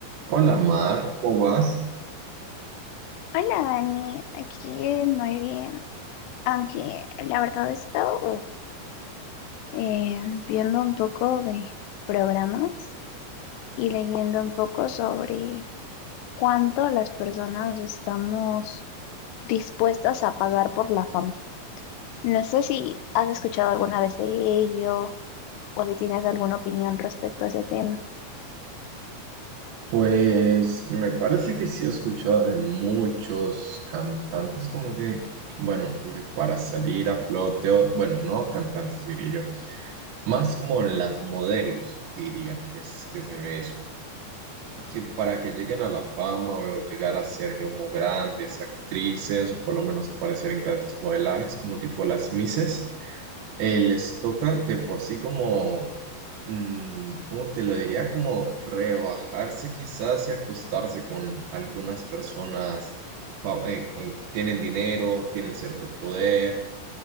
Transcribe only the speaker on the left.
Hola Dani, aquí muy bien, aunque la verdad he estado eh, viendo un poco de programas y leyendo un poco sobre cuánto las personas estamos dispuestas a pagar por la fama. No sé si has escuchado alguna vez de ello o si tienes alguna opinión respecto a ese tema.